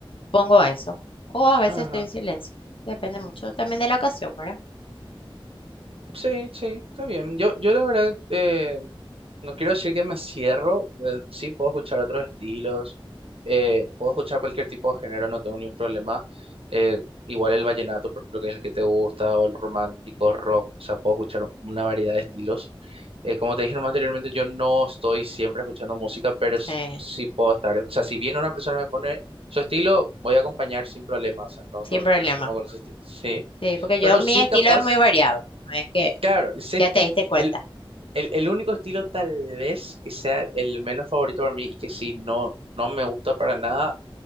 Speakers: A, on the left; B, on the right.
A: pongo eso. O a veces
B: ajá.
A: estoy en silencio. Depende mucho también de la ocasión, ¿verdad?
B: Sí, sí, está bien. Yo, yo la verdad, eh, no quiero decir que me cierro, eh, sí puedo escuchar otros estilos, eh, puedo escuchar cualquier tipo de género, no tengo ningún problema. Eh, igual el vallenato, por ejemplo, que es el que te gusta, o el romántico, rock, o sea, puedo escuchar una variedad de estilos. Eh, como te dije nomás anteriormente, yo no estoy siempre escuchando música, pero s-
A: Eh,
B: sí puedo estar, o sea, si viene una persona y me pone su estilo, voy a acompañar sin problemas, o sea, no,
A: sin
B: no voy
A: problema.
B: a tener problema con ese estilo. Sí.
A: Sí, porque
B: Pero
A: yo, mi
B: sí
A: estilo
B: capaz,
A: es muy variado. No Es que
B: Claro, sí.
A: ya te
B: <laughs>
A: diste cuenta.
B: El, el, el único estilo tal vez que sea el menos favorito para mí y que sí, no, no me gusta para nada.